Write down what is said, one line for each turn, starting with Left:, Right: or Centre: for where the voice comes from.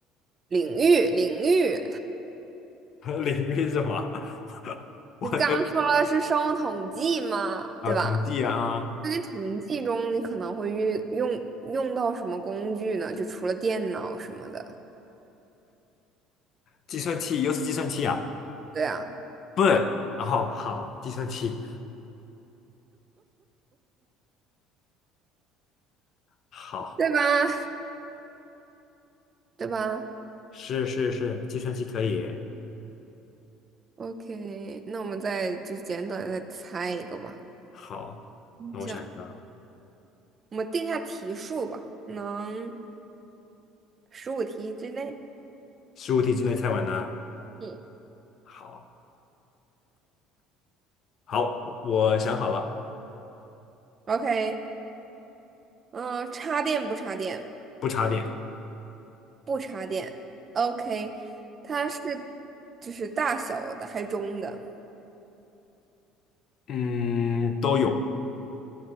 Right: 领域，领域，
Left: <laughs> 领域是什么？<laughs>
Right: <laughs>
Left: 我
Right: 你不刚说了是生物统计吗？
Left: 啊，
Right: 对吧？
Left: 统计啊，
Right: 在统计中，你可能会遇用用到什么工具呢？就除了电脑什么的，
Left: 计算器又是计算器啊，
Right: 对啊，
Left: 笨，然后好，计算器好，
Right: 对吧？对吧
Left: 是是是，计算器可以，
Right: ？OK，那我们再就简短地再猜一个吧，
Left: 好，
Right: 嗯这样一个，
Left: 那我想想，
Right: 我们定下题数吧，能十五题之内。
Left: 十五题之内猜完呢，
Right: 嗯
Left: 好，好，我想好了，
Right: ，OK，嗯、插电不插电？
Left: 不插电，
Right: 不插电 o k 它是就是大小的还是中的
Left: 嗯，都有